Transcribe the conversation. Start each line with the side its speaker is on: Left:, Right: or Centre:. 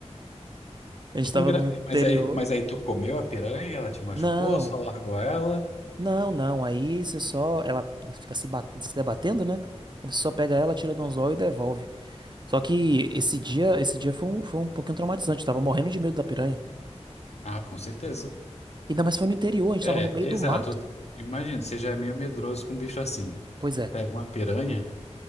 Right: A gente
Left: Que
Right: tava
Left: engra-
Right: no interior.
Left: Mas aí, mas aí tu comeu a piranha, ela te machucou,
Right: Não,
Left: só largou ela?
Right: não, não. Aí você só. Ela fica se, bat- se debatendo, né? Você só pega ela, tira do anzol e devolve. Só que esse dia, esse dia foi um, foi um pouquinho traumatizante. Eu tava morrendo de medo da piranha.
Left: Ah, com certeza.
Right: Ainda mais foi no interior, a gente
Left: É,
Right: tava no meio
Left: exato.
Right: do mato.
Left: Imagino, você já é meio medroso com um bicho assim.
Right: Pois é.
Left: Pega uma piranha,